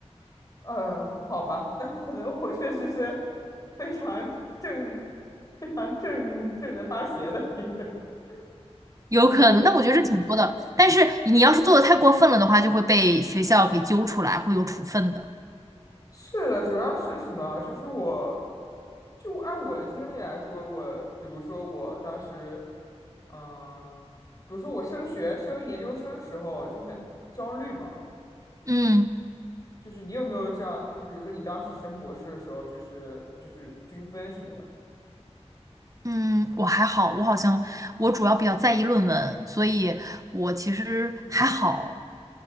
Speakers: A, on the left (about 30°); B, on the right (about 30°).
A: 嗯，好吧，那可能我确实是非常正、非常正正的发邪的一个人，
B: 有可能，
A: 就是
B: 那我觉得这挺多的。但是你要是做的太过分了的话，就会被学校给揪出来，会有处分的。
A: 是的，主要是什么？就是我，就按我的经历来说，我比如说我当时，嗯，比如说我升学、升研究生时候就很焦虑嘛，
B: 嗯
A: 就是你有没有这样？就比如说你当时升博士的时候，就是就是均分什么的。
B: 嗯，我还好，我好像我主要比较在意论文，所以我其实还好。